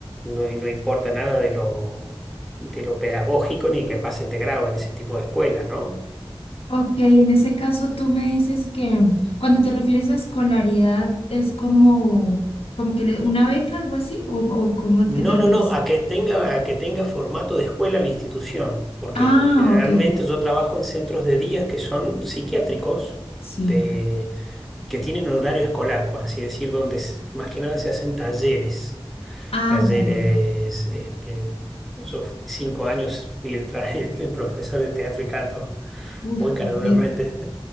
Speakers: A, in the centre; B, on the left.
A: no, no importa nada de lo, de lo pedagógico ni que pasen de grado en ese tipo de escuelas, ¿no?
B: Ok, en ese caso tú me dices que cuando te refieres a escolaridad es como, como que le- una beca, algo así, o, o cómo,
A: No,
B: ¿qué te refieres?
A: no, no, a que tenga, a que tenga formato de escuela la institución, porque
B: Ah,
A: ge- generalmente
B: ok,
A: yo trabajo en centros de días que son psiquiátricos,
B: sí.
A: de, que tienen horario escolar, por así decir, donde se- más que nada se hacen talleres.
B: Ah,
A: Talleres,
B: ya, ya, ya.
A: este, yo f- cinco años fui el, tra- <laughs> el profesor de teatro y canto,
B: Uf,
A: muy caraduramente.
B: ok.